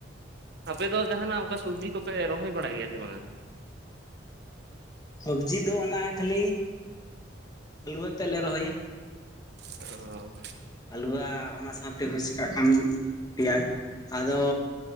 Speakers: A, on the right; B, on the left.
A: ᱟᱯᱮ ᱫᱚ ᱡᱟᱦᱟᱱᱟᱜ ᱚᱱᱠᱟ ᱥᱚᱵᱽᱡᱤ ᱠᱚᱯᱮ ᱨᱚᱦᱚᱭ ᱵᱟᱲᱟᱭ ᱜᱮᱭᱟ ᱥᱮ ᱵᱟᱝᱼᱟ?
B: ᱥᱚᱵᱽᱡᱤ ᱫᱚ ᱚᱱᱟ ᱠᱷᱟᱹᱞᱤ <unintelligible> ᱛᱮ ᱞᱮ ᱨᱚᱦᱚᱭᱟ
A: ᱚ
B: ᱟᱹᱞᱩᱣᱟ ᱚᱱᱟ ᱥᱟᱶᱛᱮ ᱦᱩᱭᱥᱟᱠ ᱠᱟᱜ ᱠᱷᱟᱱ ᱯᱮᱭᱟᱡᱽ ᱟᱫᱚ